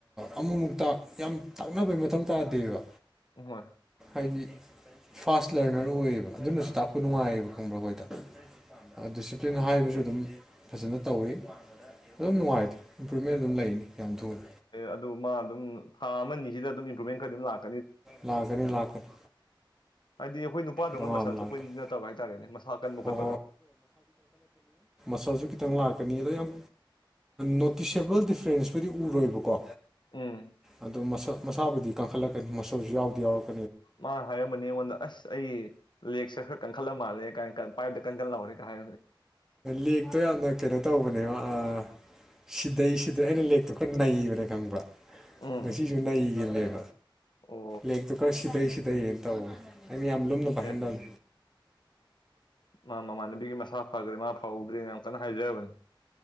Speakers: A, in the centre; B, on the left (about 60°).
A: ꯑꯃꯨꯛꯃꯨꯛꯇ ꯌꯥꯝ ꯇꯥꯛꯅꯕꯩ ꯃꯊꯧ ꯇꯥꯗꯦꯕ
B: ꯎꯣꯏ
A: ꯍꯥꯏꯗꯤ ꯐꯥꯁ ꯂꯔꯅꯔ ꯑꯣꯏꯌꯦꯕ ꯑꯗꯨꯅꯁꯨ ꯇꯥꯛꯄ ꯅꯨꯡꯉꯥꯏꯌꯦꯕ ꯈꯪꯕ꯭ꯔꯥ ꯍꯣꯏꯗ ꯗꯤꯁꯤꯄ꯭ꯂꯤꯟ ꯍꯥꯏꯕꯁꯨ ꯑꯗꯨꯝ ꯐꯖꯅ ꯇꯧꯋꯤ ꯑꯗꯨꯝ ꯅꯨꯡꯉꯥꯏꯗ ꯏꯝꯄ꯭ꯔꯨꯚꯃꯦꯟ ꯑꯗꯨꯝ ꯂꯩꯅꯤ ꯌꯥꯝ ꯊꯨꯅ
B: ꯑꯗꯨ ꯃꯥ ꯑꯗꯨꯝ ꯊꯥ ‌ꯑꯃꯅꯤꯁꯤꯗ ꯑꯗꯨꯝ ꯏꯝꯄ꯭ꯔꯨꯚꯃꯦꯟ ꯈꯔ ꯑꯗꯨꯝ ꯂꯥꯛꯀꯦ
A: ꯂꯥꯛꯀꯅꯤ ꯂꯥꯛꯀꯅꯤ
B: ꯍꯥꯏꯗꯤ ꯑꯩꯈꯣꯏ ꯅꯨꯄꯥꯗꯧꯅ
A: ꯗꯃꯥ
B: ꯃꯁꯟ
A: ꯑꯃ ꯂꯥꯛꯀꯅꯤ
B: ꯊꯣꯛꯄꯩꯗꯤ ꯅꯠꯇꯕ ꯍꯥꯏꯇꯥꯔꯦꯅꯦ ꯃꯁꯥ ꯀꯟꯕ
A: ꯍꯣꯏ
B: ꯈꯣꯠꯄꯗ
A: ꯑꯁꯁꯨ ꯈꯤꯇꯪ ꯂꯥꯛꯀꯅꯤ ꯑꯗꯣ ꯌꯥꯝ ꯅꯣꯇꯤꯁꯦꯕꯜ ꯗꯤꯐ꯭ꯔꯦꯟꯁꯄꯨꯗꯤ ꯎꯔꯣꯏꯕꯀꯣ
B: ꯎꯝ
A: ꯑꯗꯨ ꯃꯁ ꯃꯁꯥꯕꯨꯗꯤ ꯀꯟꯈꯠꯂꯛꯀꯅꯤ ꯃꯁꯧꯁꯨ ꯌꯥꯎꯗꯤ ꯌꯥꯎꯔꯛ
B: ꯃꯥ ꯍꯥꯏꯔꯝꯕꯅꯤ ꯑꯩꯉꯣꯟꯗ ꯑꯁ ꯑꯩ ꯂꯦꯛꯁ ꯈꯔ ꯀꯟꯈꯠꯂ ꯃꯥꯜꯂꯦ ꯀꯥꯏꯅ ꯄꯥꯏꯞ ꯀꯟꯍꯔꯦꯒ ꯍꯥꯏ
A: ꯂꯦꯛꯇꯣ ꯌꯥꯝꯅ ꯀꯩꯅꯣ ꯇꯧꯕꯅꯦꯕ ꯑ ꯁꯤꯗꯩ ꯁꯤꯗ ꯑꯩꯅ ꯂꯦꯛꯇꯨ ꯈꯔ ꯅꯩꯕꯅꯦ ꯈꯪꯕ
B: ꯎꯝ
A: ꯉꯁꯤꯁꯨ ꯅꯩꯈꯤꯕꯅꯦꯕ
B: ꯑꯣ
A: ꯂꯦꯛꯇꯨ ꯈꯔ ꯁꯤꯗꯩ ꯁꯤꯗꯩꯌꯦꯅ ꯇꯧ ꯑꯩꯅ ꯌꯥꯝ ꯂꯨꯝꯅꯕ
B: ꯑꯦ
A: ꯍꯦꯟꯗꯜ
B: ꯃꯥ ꯃꯃꯥꯟꯅꯕꯤꯒꯤ ꯃꯁꯥ ꯐꯈ꯭ꯔꯦ ꯃꯥ ꯐꯍꯧꯗ꯭ꯔꯦꯅ ꯀꯟꯅ ꯍꯥꯏꯖꯕꯅꯤ